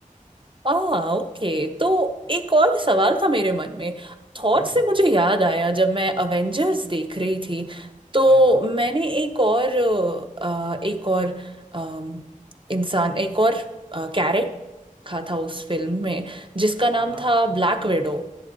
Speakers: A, on the right; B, on the right.
A: आ ओके तो एक और सवाल था मेरे मन में थॉर
B: हम्म
A: से
B: हम्म,
A: मुझे याद आया जब मैं अवेंजर्स देख रही थी तो
B: हाँ जी
A: मैंने एक और अ, एक और अम, इंसान एक और कैरेक्टर देखा था उस फिल्म में जिसका नाम
B: हाँ हाँ
A: था ब्लैक विडो